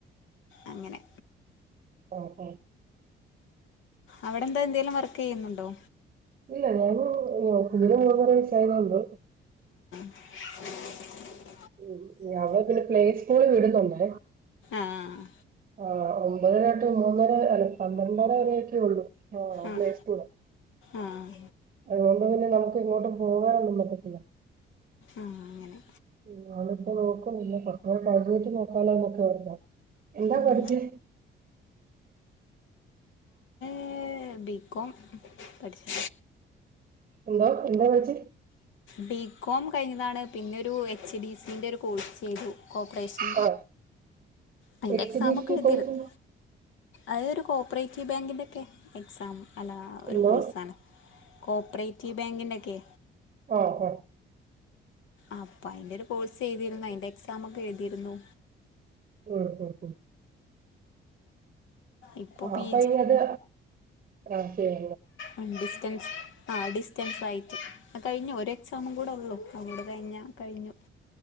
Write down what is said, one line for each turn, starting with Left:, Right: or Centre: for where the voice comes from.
Left: അങ്ങനെ
Right: ആ ആ
Left: അവിടെന്താ എന്തേലും വർക്ക് ചെയ്യുന്നുണ്ടോ?
Right: ഇല്ല ഞാൻ കുഞ്ഞിന് മൂന്നര വയസായതെയുള്ളു
Left: <inaudible>
Right: ഉം അവളെ പിന്നെ പ്ലേ സ്കൂളിൽ വിടുന്നുണ്ടേ,
Left: ആഹ്
Right: ആ ഒമ്പതരായിട്ട് മൂന്നര അല്ല പന്ത്രണ്ടര വരൊക്കെ ഉള്ളൂ. ആണോ
Left: ആഹ്
Right: പ്ലേസ്കൂള്
Left: ആഹ്
Right: അതുപോലെ പിന്നെ നമക്ക് ഇങ്ങോട്ടും പോകാനൊന്നും പറ്റത്തില്ല.
Left: ആ അങ്ങനെ
Right: ഞാനിപ്പോ നോക്കുന്നില്ല കുറച്ചുകഴിഞ്ഞിട്ട് നോക്കാല്ലൊന്നോർത്ത എന്താ
Left: ഉം
Right: പഠിച്ചേ?
Left: ഞാൻ ബികോം പഠിച്ചു
Right: എന്തോ എന്തോ പഠിച്?
Left: ബികോം കഴിഞ്ഞതാണ്, പിന്നെ ഒരു എച്ച് ഡി സിന്റെ ഒരു കോഴ്സ് ചെയ്തു. കോപ്പറേഷൻ
Right: ആ
Left: അതിന്റെ
Right: എച്ച്
Left: എക്സാമൊക്കെ
Right: ഡി ടി
Left: എഴുതിരുന്നു.
Right: കോഴ്സ്
Left: അത് ഒരു കോപ്പറേറ്റീവ് ബാങ്കിന്റെ ഓക്കെ എക്സാം അല്ല
Right: എന്തോ
Left: ഒരു കോഴ്സാണ് കോഓപ്പറേറ്റീവ് ബാങ്കിൻ്റെക്കെ
Right: ഹ ആഹ
Left: അപ്പൊ അയിന്റെ ഒരു കോഴ്സ് എഴുതിരുന്നു അതിന്റെ എക്സാം ഒക്കെ എഴുതിയിരുന്നു
Right: ഉം... ഉം
Left: ഇപ്പോൾ
Right: ആ
Left: പി
Right: അപ്പൊ ഇ അത് ആ ശരി.
Left: ആ ഡിസ്റ്റൻസ് ആയിട്ട് ഡിസ്റ്റെൻസ് ആയി അ കഴിഞ്ഞു ഒരു എക്സാമും കൂടെ ഉള്ളു അതു കൂടെ കഴിഞ്ഞാ കഴിഞ്ഞു.